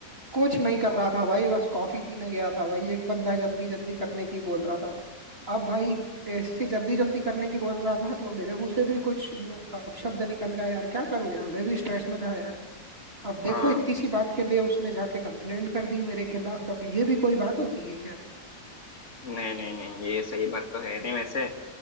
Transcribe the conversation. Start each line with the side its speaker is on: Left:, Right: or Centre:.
Right: कुछ नहीं कर रहा था भाई बस कॉफी पीने गया था भाई एक बंदा जल्दी जल्दी करने की बोल रहा था अब भाई ऐसे जल्दी जल्दी करने की बोल रहा था तो मेरे मुंह से भी कुछ न- अपशब्द निकल गया यार क्या करूं यार मैं भी स्ट्रेस में था यार अब देखो
Left: हाँ
Right: इतनी सी बात के लिए उसने जाके कंप्लेंट कर दी मेरे खिलाफ अब ये भी कोई बात होती है क्या
Left: नहीं नहीं नहीं ये सही बात तो है नहीं वैसे